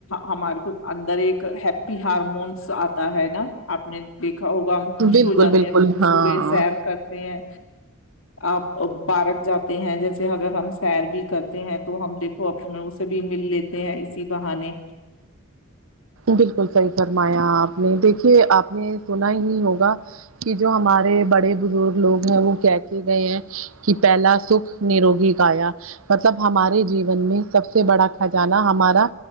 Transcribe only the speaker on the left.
ہمارے کو اندر ایک ہیپی ہارمونس آتا ہے نا آپ نے دیک ا ہوگا ہم خوش
ہو جاتے
ہیں صبح
صبح سیر کرتے ہیں آپ بارک جاتے ہیں جیسے اگر ہم سیر بھی کرتے ہیں تو ہم دیکھو اپنے اسے بھی مل لیتے ہیں اسی بہانے